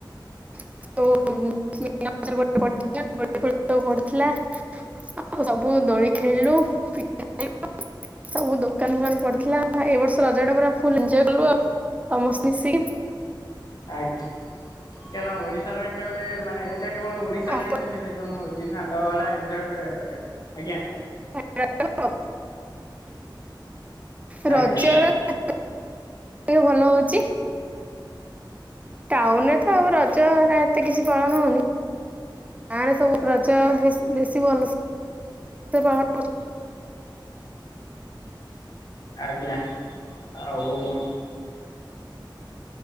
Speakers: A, on the right; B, on the left.
A: <unintelligible> ପଡିଥିଲା। ଆଉ ସବୁ ଦୋଳି ଖେଳିଲୁ <unintelligible> ସବୁ ଦୋକାନ ଫୋକାନ ପଡିଥିଲା ଏ ବର୍ଷ ରଜ ଟା ପୁରା ଫଲ କଲୁ ଆଉ। ସମସ୍ତେ ମିିଶିକି
B: ଆଜ୍ଞା କାରଣ ଓଡିଶାର ଏଇଟା ଗୋଟେ ମାନେ ଏଇଟା। କେବଳ ଓଡିଶାରେ
A: ଆପଣ
B: ହିଁ ସେଲିବ୍ରେସନ ହଉଛି ନା ତ ଏଟା ଏନ୍ଜୟ କରିବା ଦରକାର ଆଜ୍ଞା।
A: <unintelligible>
B: ଆଜ୍ଞା
A: ରଜର ଟିକେ ଭଲ ହଉଛି। ଟାଉନରେ ତ ଆଉ ରଜରେ ଏତେ କିଛି ପାଳନ ହଉନି। ଗାଁ ରେ ସବୁ ରଜ ବେଶୀ ଭଲ ପାଳନ କର।
B: ଆଜ୍ଞା ଆଉ।